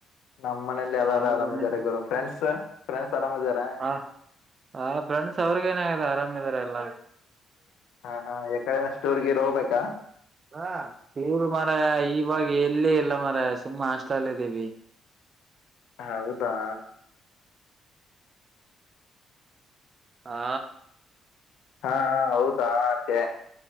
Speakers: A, on the left; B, on the right.
A: ನಮ್ಮ್ ಮನೆಲಿ
B: ಹ
A: ಎಲ್ಲಾರು
B: ಹೌದು
A: ಆರಾಮಿದ್ದಾರೆ
B: ನಿಮ್
A: ಗುರು ಫ್ರೆಂಡ್ಸ್ ಫ್ರೆಂಡ್ಸ್ ಆರಾಮಿದಾರ.
B: ಹ ಹ ಫ್ರೆಂಡ್ಸ್ ಅವ್ರಿಗ್ ಏನ್ ಆಗ್ಯದ ಆರಾಮಿದ್ದಾರೆ ಎಲ್ಲ.
A: ಹಾ ಹಾ ಯಕಡೆನ ಸ್ಟೋರ್ ಗೀರ್ ಹೋಗ್ಬೇಕಾ.
B: ಹ ಇವರು ಮರಯ ಇವಾಗ ಎಲ್ಲೇ ಇಲ್ಲ ಮರಯ ಸುಮ್ಮ್ ಹಾಸ್ಟ್ಲಲ್ ಇದೀವಿ.
A: ಹೌದಾ
B: ಹಾ
A: ಹಾ ಹೌದಾ ಅಂದೆ